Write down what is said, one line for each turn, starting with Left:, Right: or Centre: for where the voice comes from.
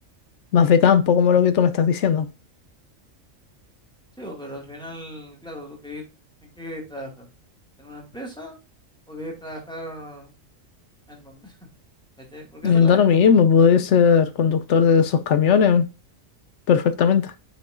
Left: más de campo, como lo que tú me estás diciendo.
Centre: Sí, bo, pero al final, claro, tú querís, ¿en qué querés trabajar? ¿En una empresa o querés trabajar en dónde? <laughs> ¿Cachai? Porque
Left: Mm,
Centre: esa es la
Left: Da
Centre: cuestión,
Left: lo mismo,
Centre: po.
Left: puedes ser conductor de esos camiones perfectamente.